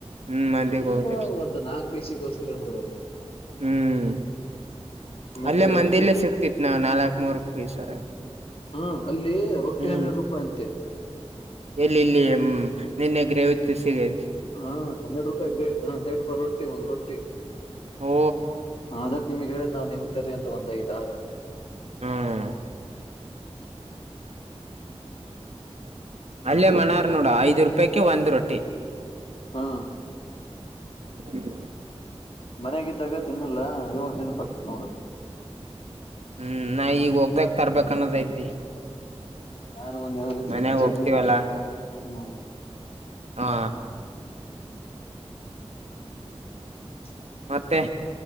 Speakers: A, on the right; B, on the left.
A: ಹ್ಮ್ ಮಂದಿಗ್
B: ಸುಮ್ಮ
A: ಹೋಗ್ತಾರೆ
B: ಒಂದು ನಾಕ ಪಿಸಿ ಗೋಸ್ಕರ ನ್ನೋಡದ.
A: ಹ್ಮ್
B: ಮತ್ತೆ
A: ಅಲ್ಲೇ
B: ರೊಟ್ಟಿ
A: ಮಂದಿಲ್ಲೇ ಸಿಗ್ತಿತ್ ನಾವ್ ನಾಲ್ಕ್ ಮೂರ್ ಪೀಸರ.
B: ಹಾ ಅಲ್ಲಿ ರೊಟ್ಟಿ
A: ಹ್ಮ್
B: ಹನ್ನೆರಡು ರೂಪಾಯಿ ಅಂತೆ.
A: ಎಲ್ಲಿ ಇಲ್ಲಿ ನಿನ್ನೆ ಗ್ರೇವಿ ತಿರ್ಸಿವಿ.
B: ಹಾ ಹನ್ನೆರಡ್ ರೂಪಾಯಿ ಗ್ರೇವ್ ಹಾ ಹನ್ನೆರೆಡು ರೂಪಾಯಿ ರೊಟ್ಟಿ ಒಂದು ರೊಟ್ಟಿ.
A: ಓ
B: ಹಾ ಅದ ನಿಮಗ್ ಹೇಳಿದ್ ನಾವ್ ನಿಮಗ್ ತರಿ ಅಂತ ಒಂದ ಐದಾರ್.
A: ಹ್ಮ್. ಅಲ್ಲೇ ಮನಾರ್ ನೋಡ ಐದ್ ರೂಪಾಯ್ ಕೆ ಒಂದ್ ರೊಟ್ಟಿ.
B: ಹಾ.
A: ಹ್ಮ್.
B: ಮನೆಗಿದ್ದಾಗ ತಿನ್ನಲ್ಲ ಇವಾಗ ನೆನಪ ಆಗ್ತತ್ ನೋಡು.
A: ಹ್ಮ್ ನಾ ಈಗ ಹೋಗ್ದಾಗ ತರ್ಬೇಕ್ ಅನ್ನೋದೈತಿ.
B: ನಾನು ಒಂದ ಎ
A: ಮನ್ಯಾಗ
B: ಚಡ್ಡಿ
A: ಹೋಗ್ತಿವಲ್ಲಾ
B: ತತ್ತಿನಪ್ಪ ಹ್ಮ್.
A: ಹಾ.
B: <unintelligible>
A: ಮತ್ತೆ.